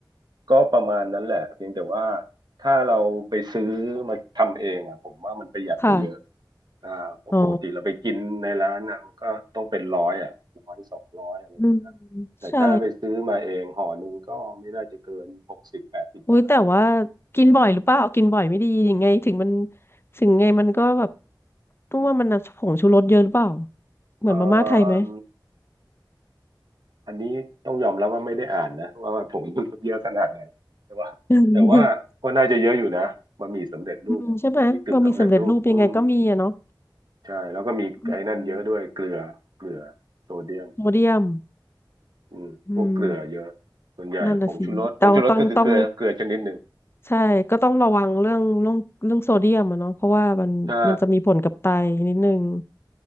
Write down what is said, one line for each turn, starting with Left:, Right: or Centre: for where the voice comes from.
Right: ก็ประมาณนั้นแหละเพียงแต่ว่าถ้าเราไปซื้อมาทำเองอ่ะผมว่ามันประหยัดกว่าเยอะ
Left: ค่ะ
Right: อ่าเพราะปกติเราไปกินในร้านอ่ะมันก็ต้องเป็นร้อยอ่ะร้อยสองร้อยอะไรอย่างเงี้ยแต่ถ้าไปซื้อมาเองห่อหนึ่งก็ไม่น่าจะเกินหกสิบแปดสิบบาท
Left: อ๋ออืมใช่อุ้ยแต่ว่ากินบ่อยหรือเปล่ากินบ่อยไม่ดียังไงถึงมันถึงไงมันก็แบบตุ้มว่ามันน่ะผงชูรสเยอะหรือเปล่าเหมือนมาม่าไทยไหม
Right: อ่าอันนี้ต้องยอมรับว่าไม่ได้อ่านนะว่าผมมันลดเยอะขนาดไหนแต่ว่าแต่ว่าก็น่าจะเยอะอยู่นะบะหมี่สำเร็จรูปอ่ะบะหมี่กึ่งสำเร็จรูปอืม
Left: <laughs> อืมใช่ไหมบะหมี่สำเร็จรูปยังไงก็มีอะเนาะ
Right: ใช่แล้วก็มีไอ้นั่นเยอะด้วยเกลือเกลือโซเดียม
Left: อืมโซเดียม
Right: อืมพวกเกลือเยอะส่วนใหญ่ผงชูรสผงชูรสก็คือเกลือเกลือชนิดหนึ่ง
Left: อืมนั่นน่ะสิเราต้องต้องใช่ก็ต้องระวังเรื่องเรื่องเรื่องโซเดียมอะเนาะเพราะว่ามันมันจะมีผลกับไตนิดนึง
Right: ใช่